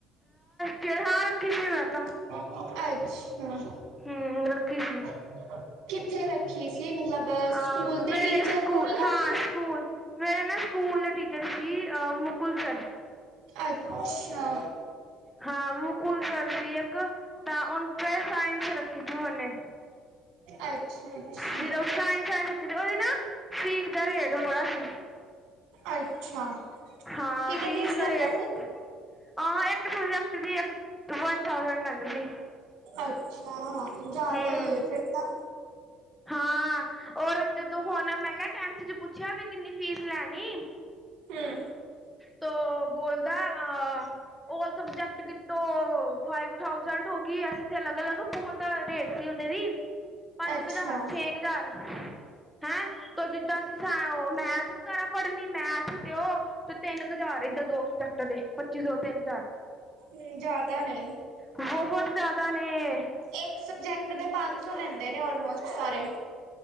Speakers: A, in the centre; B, on the right.
A: ਫੇਰ ਹਾਂ ਰੱਖੇ ਸੀ ਮੈ ਤਾਂ।
B: ਅੱਛਾ।
A: ਹੂੰ ਰੱਖੀ ਸੀ।
B: <inaudible> ਰੱਖੀ ਸੀ, ਮਤਲਬ
A: ਅ
B: ਸਕੂਲ ਦੇ
A: ਮੇਰੇ
B: ਟੀਚਰ
A: ਸਕੂਲ
B: ਕੋਲ ਜਾਂ
A: ਹਾਂ
B: ਫਿਰ
A: ਸਕੂਲ ਮੇਰੇ ਨਾ ਸਕੂਲ ਟੀਚ ਜਰਸੀ ਅਹ ਮੁਕੁਲ ਸਰ।
B: ਅੱਛਾ।
A: ਹਾਂ ਮੁਕੁਲ ਸਰ ਸੀ ਇੱਕ, ਤਾਂ ਉਹਨੂੰ ਸਾਇੰਸ ਰੱਖੀ ਸੀ ਮਨੇ।
B: ਅੱਛਾ, ਅੱਛਾ।
A: ਸਿਰਫ ਸਾਇੰਸ ਸਾਇੰਸ ਰੱਖੀ ਤੀ ਉਹਦੀ ਨਾ ਫੀਸ ਦਾ ਰੇਟ ਬੜਾ ਸੀ।
B: ਅੱਛਾ।
A: ਹਾਂ
B: ਕਿੰਨੇ
A: ਫੀਸ
B: ਲੈਂਦਾ
A: ਦਾ ਰੇਟਹ,
B: ਸੀ?
A: ਹਾਂ ਇ ਹਰ ਸਬਜੇਕਟ ਦੀ ਇਕ ਵਨ ਥਾਓਜੈਡ ਲੈਂਦੇ ਸੀ।
B: ਅੱਛਾ ਹਾਂ, ਜਿਆਦਾ
A: ਹੂੰ
B: ਹੀ ਹੈ ਫੇਰ ਤਾਂ।
A: ਹਾਂ ਔਰ ਜਦੋਂ ਹੁਣ ਮੈ ਮੈ ਟੈਨਥ ਚ ਪੁੱਛਿਆ ਵੀ ਕਿੰਨੀ ਫੀਸ ਲੈਣੀ
B: ਹੂੰ।
A: ਤੋਂ ਬੋਲਦਾ ਹਾਂ ਔਲ ਸਬਜੈਕਟ ਕਿਤੋ ਫਾਈਵ ਥਾਓਜੈਂਟ ਹੋ ਗਈ, ਐ ਅਲੱਗ-ਅਲੱਗ ਬਹੁਤ ਰੇਟ ਸੀ ਉਹਦੇ ਵੀ, ਪੰਜ
B: ਅੱਛਾ,
A: ਹਜ਼ਾਰ ਛੇ ਕੁ ਹਜ਼ਾਰ ਹੈਂ ਤੋ ਜਿਦਾਂ ਅਸੀ ਉਹ ਮੈਥ ਵਗੈਰਾ ਪੜ੍ਹਨੀ ਮੈਥ ਤੇ ਉਹ ਤੇ ਤਿੰਨ ਕੁ ਹਜ਼ਾਰ ਇਧਰ ਦੋ ਸਬਜੈਕਟ ਦੇ ਪੱਚੀ ਸੋ ਤਿੰਨ ਹਜ਼ਾਰ।
B: ਨਹੀਂ ਜਿਆਦਾ ਨੇ।
A: ਬਹੁਤ ਜਿਆਦਾ ਨੇ।
B: ਇਕ ਸਬਜੈਕਟ ਦੇ ਪੰਜ ਸੋ ਲੈਦੇ ਨੇ ਔਲਮੋਸਟ ਸਾਰੇ।